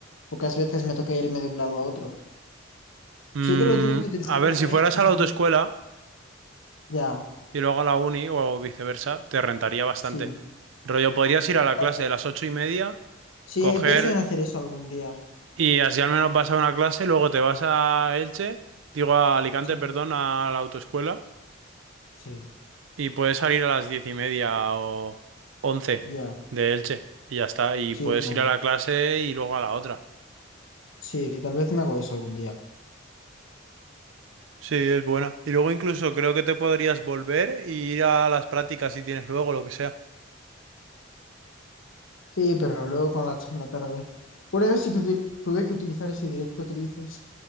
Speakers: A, on the left; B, on the right.
A: pocas veces me toca irme de un lado a otro.
B: Mm,
A: Sí que lo tuve que utilizar
B: a
A: una
B: ver,
A: vez
B: si fueras
A: que
B: a
A: salía.
B: la autoescuela
A: Ya,
B: y luego a la uni o viceversa, te rentaría bastante.
A: sí.
B: Rollo, podrías ir a la
A: Ah,
B: clase de las ocho y media,
A: Sí,
B: coger
A: he pensado en hacer eso algún día.
B: y así al menos vas a una clase, luego te vas a Elche, digo a Alicante,
A: Sí,
B: perdón, a la autoescuela
A: sí,
B: y puedes salir a las diez y media o once
A: ya,
B: de Elche y ya está. Y
A: sí,
B: puedes
A: claro.
B: ir a la clase y luego a la otra.
A: Sí, tal vez me hago eso algún día.
B: Sí, es buena. Y luego incluso creo que te podrías volver y ir a las prácticas si tienes luego, lo que sea.
A: Sí, pero luego con la en la tarde. Una vez sí que util- tuve que utilizar ese directo que dices,